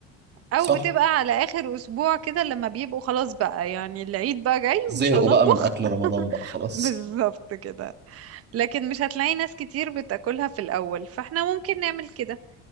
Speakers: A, on the right; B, on the right.
A: او
B: صح
A: بتبقى على اخر اسبوع كده لما بيبقوا خلاص بقى يعني العيد بقى جاي
B: زهقوا
A: ومش هنطبخ
B: بقى من أكل
A: <laughs>
B: رمضان بقى خلاص
A: بالظبط كده لكن مش هتلاقي ناس كتير بتاكلها في الاول فاحنا ممكن نعمل كده